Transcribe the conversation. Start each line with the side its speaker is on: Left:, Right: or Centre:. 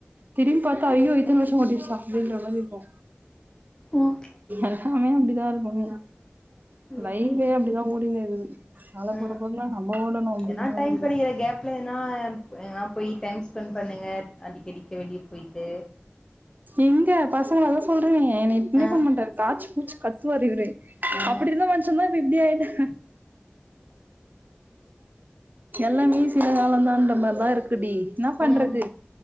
Right: திரும்பி பாத்தா அய்யோ இத்தன வருஷோ ஓடிச் அப்படின்ற மாரி இருக்கோ
Left: ம்
Right: எல்லாமே அப்டிதா கும்பமேளா லைஃபே
Left: எப்டின்
Right: அப்டிதா ஓடின்னு இருக்கு கால
Left: ஆ
Right: போறப்போக்ல்ல நம்ம ஓடணு அப்டின்ற
Left: ஏன்னா
Right: மாரி
Left: டைம்
Right: இருக்கு
Left: கெடைக்கிற கேப்ல எதுனா போய் டைம் ஸ்பெண்ட் பண்ணுங்க அடிக்கடிக்க வெளியே போயிட்டு
Right: எங்க பசங்கலதா சொல்றேனே என்னய பினைப்பு
Left: ஆ
Right: முண்ட தாஜ் பூச் கத்துவாரு இவரு
Left: ஆ
Right: அப்டி இருந்த மனுஷன்தா இப்ப இப்டி ஆய்டே <inaudible> எல்லாமே சில கால தா என்ற மாரி தா இருக்கு டி என்னா பண்றது
Left: ம்